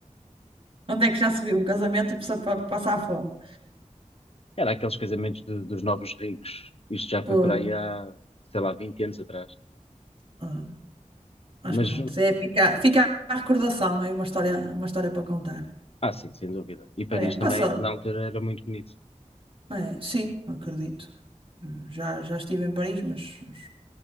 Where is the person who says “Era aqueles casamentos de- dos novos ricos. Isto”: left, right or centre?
Left